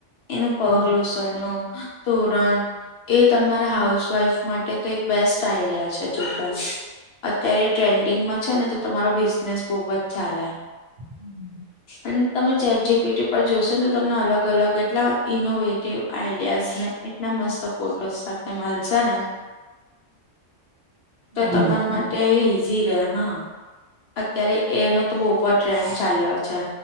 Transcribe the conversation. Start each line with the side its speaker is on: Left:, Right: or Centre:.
Left: એનું
Right: હા
Left: પગ્લુ તોરણ એ તમારા હાઉસ વાઈફ માટે તો એક બેસ્ટ આઈડિયા છે. ચોક્કસ અત્યારે ટ્રેન્ડિંગમાં છે ને તો તમારો બિઝનેસ બહ જ ચાલે.
Right: હમ્મ.
Left: અને તમે જેટ જીપીટી પર જોશો ને તો તમને અલગ અલગ એટલા ઇનોવેટિવ આઈડિયાઝ ને એટલા મસ્ત ફોટોસ સાથે મળશો ને તો
Right: આવી
Left: તમારા
Right: જાશે.
Left: માટે ઈઝી રે હા અત્યારે એનો તો બહુ ટ્રેન્ડ ચાલ્યો છે